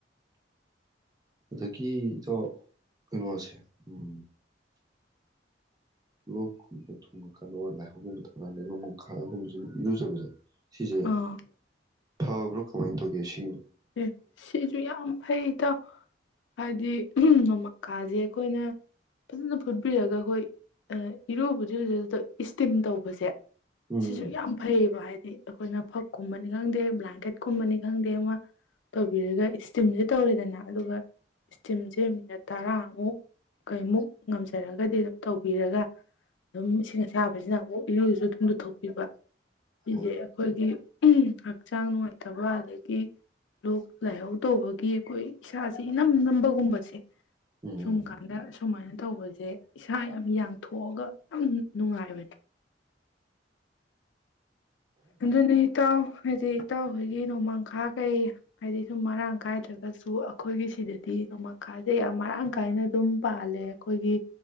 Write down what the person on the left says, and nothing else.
ꯑꯥ
ꯑꯦ ꯁꯤꯁꯨ ꯌꯥꯝ ꯐꯩ ꯇꯥꯎ ꯍꯥꯏꯗꯤ ꯅꯃꯪꯀꯥꯁꯦ ꯑꯩꯈꯣꯏꯅ ꯐꯖꯅ ꯐꯨꯠꯕꯤꯔꯒ ꯑꯩꯈꯣꯏ ꯏꯔꯨꯕꯗꯤꯨꯗ ꯏꯁꯇꯤꯝ ꯇꯧꯕꯁꯦ
ꯁꯤꯁꯨ ꯌꯥꯝ ꯐꯩꯌꯦꯕ ꯍꯥꯏꯗꯤ ꯑꯩꯈꯣꯏꯅ ꯐꯛꯀꯨꯝꯕꯅꯤ ꯈꯪꯗꯦ ꯕ꯭ꯂꯥꯡꯀꯦꯠꯀꯨꯝꯕꯅꯤ ꯈꯪꯗꯦ ꯑꯃꯥ ꯇꯧꯕꯤꯔꯒ ꯏꯁꯇꯤꯝꯁꯦ ꯇꯧꯔꯦꯗꯅ ꯑꯗꯨꯒ ꯏꯁꯇꯤꯝꯁꯦ ꯃꯤꯅꯠ ꯇꯔꯥꯃꯨꯛ ꯀꯩꯃꯨꯛ ꯉꯝꯖꯔꯒꯗꯤ ꯑꯗꯨꯝ ꯇꯧꯕꯤꯔꯒ ꯑꯗꯨꯝ ꯏꯁꯤꯡ ꯑꯁꯥꯕꯁꯤꯅ ꯑꯃꯨꯛ ꯏꯔꯨꯁꯨ ꯑꯗꯨꯝ ꯂꯨꯊꯣꯛꯄꯤꯕ ꯁꯤꯁꯦ
ꯑꯩꯈꯣꯏꯒꯤ ꯎ ꯍꯛꯆꯥꯡ ꯅꯨꯡꯉꯥꯏꯇꯕ ꯑꯗꯒꯤ ꯂꯣꯛ ꯂꯥꯏꯍꯧ ꯇꯧꯕꯒꯤ ꯑꯩꯈꯣꯏ ꯏꯁꯥꯁꯦ ꯏꯅꯝ ꯅꯝꯕꯒꯨꯝꯕꯁꯦ
ꯁꯨꯝꯀꯥꯟꯗ ꯁꯨꯃꯥꯏꯅ ꯇꯧꯕꯁꯦ ꯏꯁꯥ ꯌꯥꯝ ꯌꯥꯡꯊꯣꯛꯑꯒ ꯌꯥꯝ ꯅꯨꯡꯉꯥꯏꯕꯅꯦ ꯑꯗꯨꯅꯤ ꯏꯇꯥꯎ ꯍꯥꯏꯗꯤ ꯏꯇꯥꯎꯈꯣꯏꯒꯤ ꯅꯣꯡꯃꯥꯡꯈꯥ ꯀꯩ ꯍꯥꯏꯗꯤ ꯁꯨꯝ ꯃꯔꯥꯡ ꯀꯥꯏꯗ꯭ꯔꯒꯁꯨ ꯑꯩꯈꯣꯏꯒꯤ ꯁꯤꯗꯗꯤ ꯅꯣꯡꯃꯥꯡꯈꯥꯁꯦ ꯌꯥꯝ ꯃꯔꯥꯡ ꯀꯥꯏꯅ ꯑꯗꯨꯝ ꯄꯥꯜꯂꯦ ꯑꯩꯈꯣꯏꯒꯤ